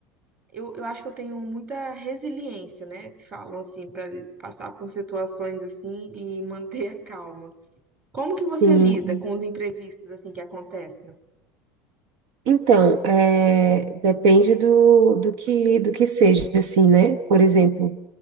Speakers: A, on the right (about 25°); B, on the right (about 65°).
A: Eu, eu acho que eu tenho muita resiliência, né? Que falam assim, para passar por situações assim e manter a calma. Como que
B: sim.
A: você lida com os imprevistos assim que acontecem?
B: Então, é, depende do, do que do que seja, assim, né? Por exemplo,